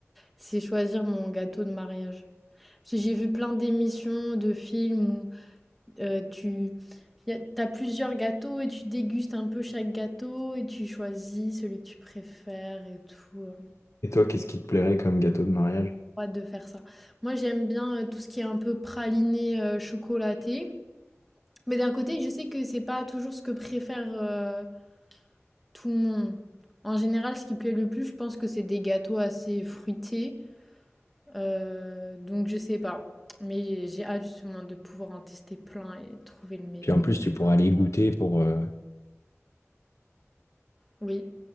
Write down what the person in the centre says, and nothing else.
c'est choisir mon gâteau de mariage. Parce que J'ai vu plein d'émissions, de films où euh, tu y a- t'as plusieurs gâteaux et tu dégustes un peu chaque gâteau et tu choisis celui que tu préfères et tout. euh.
Trop Hâte de faire ça. Moi, j'aime bien euh, tout ce qui est un peu praliné euh, chocolaté. Mais d'un côté, je sais que c'est pas toujours ce que préfère euh, tout le monde. En général, ce qui plaît le plus, je pense que c'est des gâteaux assez fruités. euh, donc, je sais pas. Mais j'ai hâte justement de pouvoir en tester plein et trouver le meilleur.
Oui.